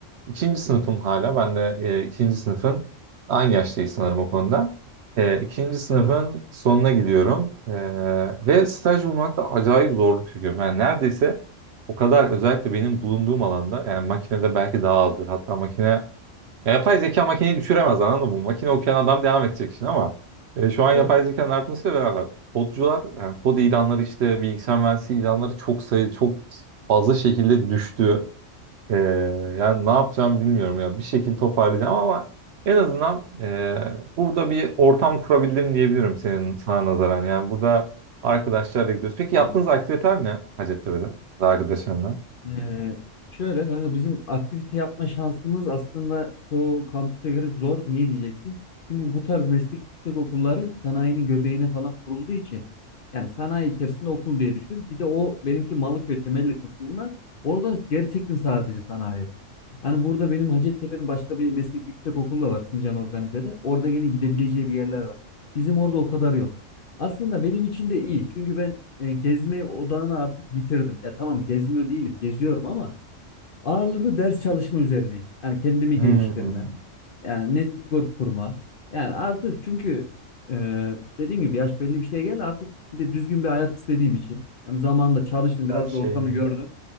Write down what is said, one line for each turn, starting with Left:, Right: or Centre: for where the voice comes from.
Right: ikinci sınıfım hala ben de e, ikinci sınıfın aynı yaştayız sanırım o konuda. E, ikinci sınıfın
Left: Evet.
Right: sonuna gidiyorum E, ve staj bulmakta acayip zorluk çekiyorum. Yani neredeyse o kadar özellikle benim bulunduğum alanda yani makinede belki daha azdır. Hatta makine ya yapay zeka makineyi düşüremez anladın mı? Makine okuyan adam devam edecek şimdi ama e, şu an
Left: Evet.
Right: yapay zekanın artmasıyla beraber kodcular yani kod ilanları işte bilgisayar mühendisliği ilanları çok sayı çok fazla şekilde düştü. E, yani ne yapacağım bilmiyorum ya bir şekilde toparlayacağım ama en azından e, burada bir ortam kurabildim diyebilirim senin sana nazaran. Yani burada arkadaşlarla gidiyoruz. Peki
Left: Hmm.
Right: yaptığınız aktiviteler ne Hacettepe'de arkadaşlarla?
Left: Ee, şöyle kanka bizim aktivite yapma şansımız aslında çoğu kampüse göre zor. Niye diyeceksin? Çünkü bu tarz meslek yüksek okulları sanayinin göbeğine falan kurulduğu için yani sanayi içerisinde okul diye düşün. Bir de o benimki Malıköy temelli kısmında orada gerçekten sadece sanayi var. Hani burada benim Hacettepe'nin başka bir meslek yüksek okulu da var Sincan Organize'de. Orada yine gidebileceği bir yerler var. Bizim orada o kadar yok. Aslında benim için de iyi. Çünkü ben e, gezme odağını artık yitirdim. Ya tamam gezmiyor değilim, geziyorum ama ağırlıklı ders çalışma üzerineyim. Yani kendimi
Right: Hmm,
Left: geliştirme, yani network kurma. Yani artık çünkü e, dediğim gibi yaş belli bir şeye geldi artık bir de düzgün bir hayat istediğim için. Hani zamanında çalıştım
Right: ya
Left: biraz
Right: şey
Left: da ortamı gördüm.